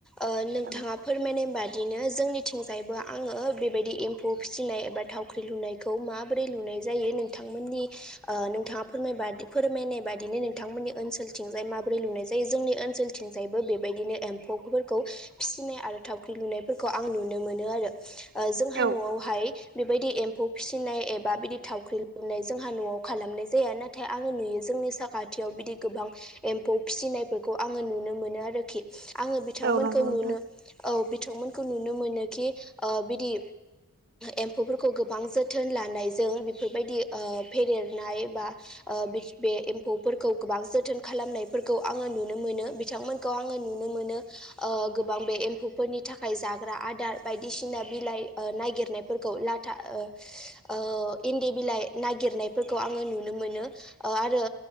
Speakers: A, in the centre; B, on the right.
A: ओ नोंथांङा
B: औ
A: फोरमायनाय बादिनो जोंनिथिंजायबो आंङो बेबायदि एम्फौ फिसिनाय एबा थाव ख्रि लुनायखौ माबोरै लुनाय जायो नोंथांमोननि ओ नोंथांङा फोरमायबादि फोरमायनाय बादिनो नोंथांमोननि ओनसोलथिंजाय माबोरै लुनाय जायो जोंनि ओनसोल आथिंजायबो बेबायदिनो एम्फौफोरखौ फिसिनाय आरो थावख्रि लुनायफोरखौ आं नुनो मोनो आरो। ओ जोंहा
B: औ
A: न'आवहाय बेबायदि एम्फौ फिसिनाय एबा बिदि थावख्रि लुनाय जोंहा न'आव खालामनाय जाया नाथाय नाथाय आंङो नुयो जोंनि साखाथियाव बिदि गोबां एम्फौ फिसिनायफोरखौ आंङो नुनो मोनो आरोखि। आंङो बिथांमोनखौ
B: औ नंगौ नोंथां
A: नुनो औ बिथांमोनखौ नुनो मोनोखि बिदि एम्फौफोरखौ गोबां जोथोन लानायजों बेफोरबायदि फेदेरनाय बा ओ बे एम्फौफोरखौ गोबां जोथोन खालामनायफोरखौ आंङो नुनो मोनो बिथांमोनखौ आं आङो नुनो मोनो ओ गोबां बे एम्फौफोरनि थाखाय जाग्रा आदार बायदिसिना बिलाइ ओ नायगिरनायखौ फोरखौ लाथा ओ ओ इन्दि बिलाइ नागिरनायफोरखौ आङो नुनो मोनो ओ आरो